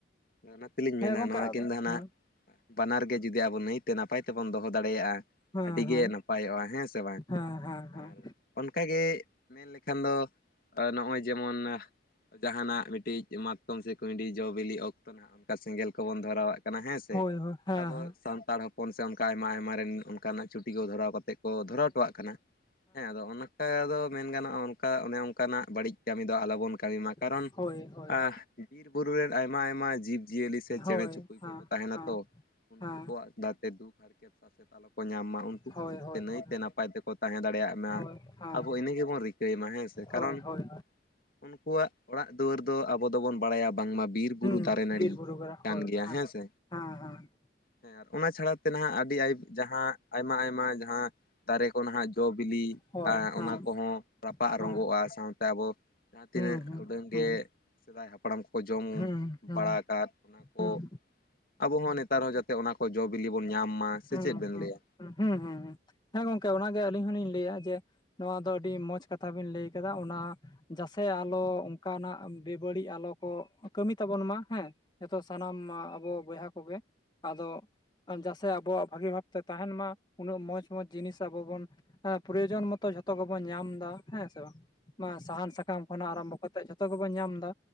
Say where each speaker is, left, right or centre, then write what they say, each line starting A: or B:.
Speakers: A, on the left (about 50°); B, on the left (about 25°).
A: ᱦᱮᱸ ᱚᱱᱟ ᱛᱮᱞᱤᱧ
B: ᱦᱮᱸ
A: ᱢᱮᱱᱟ
B: ᱜᱚᱝᱠᱮ
A: ᱱᱚᱣᱟ
B: ᱟᱫᱚ
A: ᱠᱤᱱ ᱫᱚ
B: ᱦᱮᱸ
A: ᱱᱟᱜ᱾ ᱵᱟᱱᱟᱨ ᱜᱮ ᱡᱩᱫᱤ ᱟᱵᱚ ᱱᱟᱹᱭᱛᱮ ᱱᱟᱯᱟᱭ ᱛᱮᱵᱚᱱ ᱫᱚᱦᱚ ᱫᱟᱲᱮᱭᱟᱜ-ᱟ᱾
B: ᱦᱮᱸ
A: ᱟᱰᱤᱜᱮ
B: ᱦᱮᱸ
A: ᱱᱟᱯᱟᱭᱚᱜ-ᱟ ᱦᱮᱸ ᱥᱮ ᱵᱟᱝ
B: ᱦᱮᱸ ᱦᱮᱸ ᱦᱮᱸ
A: ᱟᱨ᱾ ᱚᱱᱠᱟᱜᱮ ᱢᱮᱱ ᱞᱮᱠᱷᱟᱱ ᱫᱚ ᱱᱚᱜ-ᱚᱭ ᱡᱮᱢᱚᱱ ᱡᱟᱸᱦᱟᱱᱟᱜ ᱢᱤᱴᱤᱡ᱾ ᱢᱟᱛᱚᱠᱚᱢ ᱥᱮ᱾ ᱠᱩᱸᱭᱰᱤ ᱡᱚ ᱵᱤᱞᱤ ᱚᱠᱛᱚ ᱱᱷᱟᱜ ᱚᱱᱠᱟ ᱥᱮᱸᱜᱮᱞ ᱠᱚᱵᱚᱱ ᱫᱷᱚᱨᱟᱣᱟᱜ ᱠᱟᱱᱟ ᱦᱮᱸ ᱥᱮ
B: ᱦᱳᱭ ᱦᱳᱭ ᱦᱮᱸ
A: ᱟᱵᱚ
B: ᱦᱮᱸ
A: ᱥᱟᱱᱛᱟᱲ ᱦᱚᱯ ᱦᱚᱯᱚᱱ ᱥᱮ ᱚᱱᱠᱟ ᱟᱭᱢᱟ ᱟᱭᱢᱟᱮᱱ ᱦᱚᱯᱚᱱ ᱥᱮ ᱚᱱᱠᱟ ᱠᱚᱱ ᱥᱮ ᱚᱱᱠᱟ ᱟᱭᱢᱟ ᱟᱭᱢᱟ ᱨᱮᱱ ᱚᱱᱠᱟᱱᱟᱜ ᱪᱩᱴᱤ ᱠᱚ ᱫᱷᱚᱨᱟᱣ ᱠᱟᱛᱮᱜ ᱠᱚ ᱫᱷᱚᱨᱟᱣ ᱦᱚᱴᱚᱣᱟᱜ ᱠᱟᱱᱟ ᱦᱮᱸ ᱟᱫᱚ ᱚᱱᱟ᱾ ᱮᱸ ᱟᱫᱚ ᱢᱮᱱ ᱜᱟᱱᱚᱜ-ᱟ ᱚᱱ ᱠᱟ ᱚᱱᱮ ᱚᱱᱠᱟᱱᱟᱜ ᱵᱟᱲᱤᱡ ᱠᱟᱢᱤ ᱫᱚ ᱟᱞᱚᱵᱚᱱ ᱠᱟᱢᱤ ᱢᱟ ᱠᱟᱨᱚᱱ
B: ᱦᱳᱭ ᱦᱳᱭ
A: ᱟᱸ ᱵᱤᱨ ᱵᱩᱨᱩ ᱨᱮᱱ ᱟᱭᱢᱟ ᱟᱭᱢᱟ ᱡᱤᱵᱽ ᱡᱤᱭᱟᱹᱞᱤ ᱥᱮ
B: ᱦᱳᱭ
A: ᱪᱮᱸᱬᱮ ᱪᱩᱯᱲᱩᱡ
B: ᱦᱮᱸ
A: ᱠᱚᱠᱚ ᱛᱟᱦᱮᱱᱟ
B: ᱦᱮᱸ
A: ᱛᱚ ᱩᱱᱠᱩ
B: ᱦᱮᱸ
A: ᱠᱚᱣᱟᱜ᱾ ᱟᱜ ᱡᱟ-ᱛᱮ ᱫᱩᱠᱷ ᱦᱟᱨᱠᱮᱛ᱾ ᱥᱟᱥᱮᱛ ᱟᱞᱚ ᱠᱚ ᱧᱟᱢ ᱢᱟ ᱩᱱᱠᱩ
B: ᱦᱳᱭ
A: ᱠᱚᱦᱚ
B: ᱦᱳᱭ
A: ᱡᱟᱛᱮ
B: ᱦᱳᱭ
A: ᱱᱟᱹᱭᱛᱮ ᱱᱟᱯᱟᱭ ᱛᱮᱠᱚ ᱛᱟᱸᱦᱮ ᱫᱟᱲᱮᱭᱟᱜ ᱢᱟ᱾
B: ᱦᱳᱭ ᱦᱮᱸ
A: ᱟᱵᱚ ᱤᱱᱟᱹ ᱜᱮᱵᱚᱱ ᱨᱤᱠᱟᱹᱭ ᱢᱟ ᱦᱮᱸ ᱥᱮ ᱠᱟᱨᱚᱱ᱾
B: ᱦᱳᱭ ᱦᱳᱭ
A: ᱩᱱᱠᱩᱣᱟᱜ ᱚᱲᱟᱜ ᱫᱩᱣᱟᱹᱨ ᱫᱚ ᱟᱵᱚ ᱫᱚᱵᱚᱱ᱾ ᱭᱟ ᱵᱟᱝᱢᱟ ᱵᱤᱨ ᱵᱩᱨᱩ
B: ᱦᱩᱸ
A: ᱫᱟᱨᱮ ᱱᱟᱹᱲᱤ
B: ᱵᱤᱨ ᱵᱩᱨᱩ ᱠᱚᱨᱮ
A: ᱠᱟᱱ
B: ᱦᱳᱭ
A: ᱜᱮᱭᱟ ᱦᱮᱸ ᱥᱮ᱾
B: ᱦᱮᱸ ᱦᱮᱸ
A: ᱦᱮᱸ ᱟᱨ ᱚᱱᱟ ᱪᱷᱟᱲᱟ ᱛᱮ ᱱᱷᱟᱜ ᱟᱰᱤ ᱟᱭ ᱡᱟᱸᱦᱟ ᱟᱭᱢᱟ ᱟᱭᱢᱟ ᱡᱟᱸᱦᱟ᱾ ᱫᱟᱨᱮ ᱠᱚ ᱱᱟᱦᱟᱜ ᱡᱚ ᱵᱤᱞᱤ
B: ᱦᱳᱭ
A: ᱟᱨ
B: ᱦᱮᱸ
A: ᱚᱱᱟ ᱠᱚᱦᱚᱸ ᱨᱟᱯᱟᱜ
B: ᱦᱮᱸ
A: ᱨᱚᱸᱜᱚᱜ-ᱟ ᱥᱟᱶᱛᱮ ᱟᱵᱚ᱾ ᱡᱟᱸᱦᱟ ᱛᱤᱱᱟᱹᱜ
B: ᱦᱩᱸ
A: ᱩᱰᱟᱹᱝ
B: ᱦᱩᱸ
A: ᱜᱮ ᱥᱮᱫᱟᱭ ᱦᱟᱯᱲᱟᱢ ᱠᱚ᱾ ᱠᱚ ᱡᱚᱢ
B: ᱦᱩᱸ ᱦᱩᱸ ᱦᱩᱸ
A: ᱵᱟᱲᱟ ᱠᱟᱫ ᱚᱱᱟ ᱠᱚ᱾
B: ᱦᱩᱸ
A: ᱟᱵᱚ ᱦᱚᱸ ᱱᱮᱛᱟᱨ ᱦᱚᱸ ᱡᱟᱛᱮ ᱚᱱᱟ ᱠᱚ ᱡᱚ ᱵᱤᱞᱤ ᱵᱚᱱ ᱧᱟᱢ ᱢᱟ ᱥᱮ
B: ᱦᱩᱸ
A: ᱪᱮᱫ ᱵᱮᱱ
B: ᱦᱩᱸ
A: ᱞᱟᱹᱭᱟ᱾
B: ᱦᱩᱸ ᱦᱩᱸ ᱦᱩᱸ ᱦᱮᱸ ᱜᱚᱝᱠᱮ ᱚᱱᱟᱜᱮ ᱟᱹᱞᱤᱧ ᱦᱚᱞᱤᱧ ᱞᱟᱹᱭᱟ ᱡᱮ᱾ ᱱᱚᱣᱟ ᱫᱚ ᱟᱹᱰᱤ ᱢᱚᱡᱽ ᱠᱟᱛᱷᱟ ᱵᱤᱱ ᱞᱟᱹᱭ ᱠᱟᱫᱟ ᱚᱱᱟ᱾ ᱡᱟᱥᱮ ᱟᱞᱚ ᱚᱝᱠᱟᱱᱟᱜ ᱵᱮᱵᱟᱹᱲᱤᱜ ᱟᱞᱚ᱾ ᱠᱚ ᱠᱟᱹᱢᱤ ᱛᱟᱵᱚᱱ ᱢᱟ ᱦᱮᱸ ᱡᱷᱚᱛᱚ ᱥᱟᱱᱟᱢ ᱟᱵᱚ ᱵᱚᱭᱦᱟ ᱠᱚᱜᱮ ᱟᱫᱚ᱾ ᱡᱟᱥᱮ ᱟᱵᱚᱣᱟᱜ ᱵᱷᱟᱜᱤ ᱵᱷᱟᱵᱛᱮ ᱛᱟᱦᱮᱱ ᱢᱟ ᱩᱱᱟᱹᱜ ᱢᱚᱡᱽ ᱢᱚᱡᱽ ᱡᱤᱱᱤᱥ ᱟᱵᱚ ᱵᱚᱱ᱾ ᱮᱸ ᱯᱨᱚᱭᱳᱡᱚᱱ ᱢᱚᱛᱚ ᱡᱷᱚᱛᱚ ᱜᱮᱵᱚᱱ ᱧᱟᱢ ᱫᱟ ᱦᱮᱸ ᱥᱮ ᱵᱟᱝ᱾ ᱢᱟ ᱥᱟᱦᱟᱱ ᱥᱟᱠᱟᱢ ᱠᱷᱚᱱᱟᱜ ᱟᱨᱟᱢᱵᱚ ᱠᱟᱛᱮᱜ ᱡᱷᱚᱛᱚ ᱜᱮᱵᱚᱱ ᱧᱟᱢ ᱫᱟ᱾